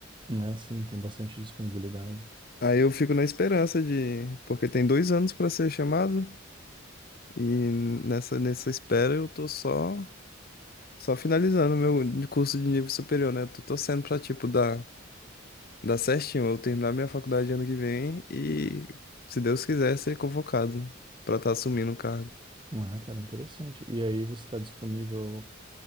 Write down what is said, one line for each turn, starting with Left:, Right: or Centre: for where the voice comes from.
Right: É, sim, tem bastante disponibilidade.
Left: Aí eu fico na esperança de. Porque tem dois anos para ser chamado, e nessa, nessa espera eu tô só, só finalizando meu curso de nível superior, né? Tô torcendo pra, tipo, dar, dar certinho, eu terminar minha faculdade ano que vem e, se Deus quiser, ser convocado pra estar assumindo o cargo.
Right: Ah, cara, interessante. E aí você está disponível